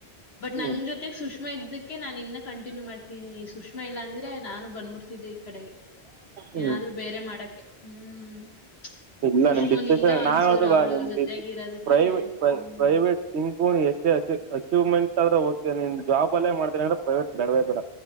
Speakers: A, on the left; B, on the right.
A: ಬಟ್ ನಂಗ
B: ಹ್ಮ್
A: ಜೊತೆ ಸುಷ್ಮಾ. ಸುಷ್ಮಾ ಇದ್ದಕ್ಕೆ ನಾನನ್ ಇನ್ನ ಕಂಟಿನ್ಯೂ ಮಾಡ್ತೀನಿ ಸುಷ್ಮಾ ಇಲ್ಲಾಂದ್ರೆ ನಾನು ಬಂದ್ಬಿಡ್ತಿದ್ದೆ ಈ ಕಡೆಗೆ.
B: ಹ್ಮ್
A: ಏನಾದ್ೂ ಬೇರೆ ಮಾಡಕ್ಕೆ ಹ್ಮ್.
B: ಇಲ್ಲ
A: ಸುಷ್ಮುನಿಂದ
B: ನಿಮ್ ಡಿಸಷನ್
A: ಒಂಚೂರು
B: ನಾ ಅದು ಬಾ
A: ಅವಳು
B: ನಿಮ್
A: ಜೊತೆಗಿರೋದಕ್ಕೆ
B: ಪ್ರೈವ
A: ಹ್ಮ್
B: ಪ್ರೈವೇಟ್. ಎಷ್ಟೇ ಅ ಅಚೀವ್ಮೆಂಟ್ ಆದ್ರೆ ಓಕೆ ನೀನ್ ಜಾಬ್ ಅಲೈ ಮಾಡ್ತನಿ ಅಂದ್ರೆ ಪ್ರೈವೇಟ್ ಬೇಡವೇ ಬೇಡ.